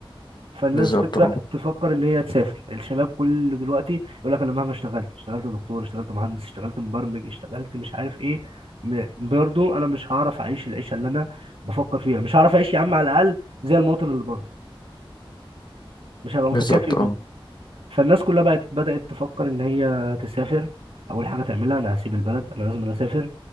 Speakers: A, on the right; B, on the left.
A: فالناس
B: بالظبط
A: بتبدا
B: اه
A: تفكر اللي هي تسافر الشباب كله دلوقتي يقول لك انا مهما اشتغلت اشتغلت دكتور اشتغلت مهندس اشتغلت مبرمج اشتغلت مش عارف ايه م- برضه انا مش هعرف اعيش العيشه اللي انا بفكر فيها مش هعرف اعيش يا عم على الاقل زي المواطن اللي بره مش هبقى متكافئ
B: بالظبط
A: بيه
B: اه
A: فالناس كلها بقت بدات تفكر ان هي تسافر اول حاجه تعملها انا هسيب البلد انا لازم أنا اسافر